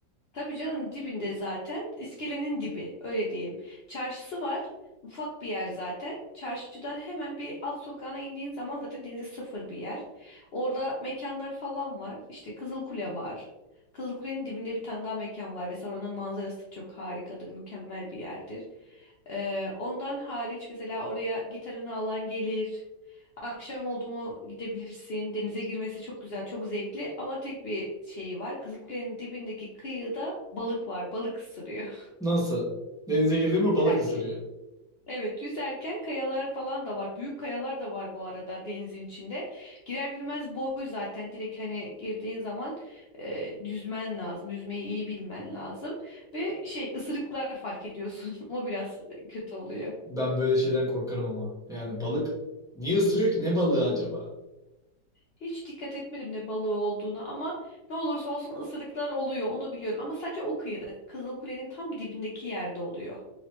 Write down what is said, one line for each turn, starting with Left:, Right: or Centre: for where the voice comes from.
Left: Tabii canım dibinde zaten. iskelenin dibi öyle diyeyim. Çarşısı var. Ufak bir yer zaten. Çarşıdan hemen bir alt sokağına indiğin zaman zaten denize sıfır bir yer. Orada mekanlar falan var. İşte Kızılkule var. Kızılkule'nin dibinde bir tane daha mekan var. Mesela oranın manzarası çok harikadır, mükemmel bir yerdir. Ee, ondan hariç mesela oraya gitarını alan gelir. Akşam oldu mu gidebilirsin. Denize girmesi çok güzel, çok zevkli ama tek bir şeyi var. Kızılkule'nin dibindeki kıyıda balık var. Balık ısırıyor.
Centre: Nasıl? Denize
Left: <laughs>
Centre: girdi mi
Left: Yüzerken.
Centre: balık ısırıyor.
Left: Evet, yüzerken kayalar falan da var. Büyük kayalar da var bu arada denizin içinde. Girer girmez boy zaten. Direkt hani girdiğin zaman e, yüzmen lazım. Yüzmeyi iyi bilmen lazım. Ve şey ısırıklar fark ediyorsun. <laughs> O biraz kötü oluyor.
Centre: Ben böyle şeyden korkarım ama. Yani balık niye ısırıyor ki? Ne balığı acaba?
Left: Hiç dikkat etmedim ne balığı olduğunu ama ne olursa olsun ısırıklar oluyor onu biliyorum. Ama sadece o kıyıda Kızılkule'nin tam dibindeki yerde oluyor.